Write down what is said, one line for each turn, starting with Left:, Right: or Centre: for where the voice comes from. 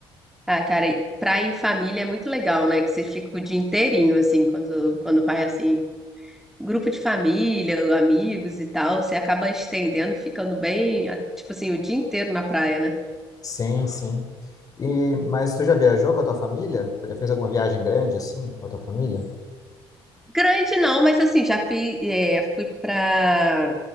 Centre: Ah, cara, e praia em família é muito legal, né? Que você fica o dia inteirinho, assim, quando, quando vai, assim, grupo de família, amigos e tal, você acaba estendendo, ficando bem, ah, tipo assim, o dia inteiro na praia, né?
Left: Sim, sim. E, mas tu já viajou com a tua família? Tu já fez alguma viagem grande, assim, com a tua família?
Centre: Grande não, mas assim, já fui, é, fui pra,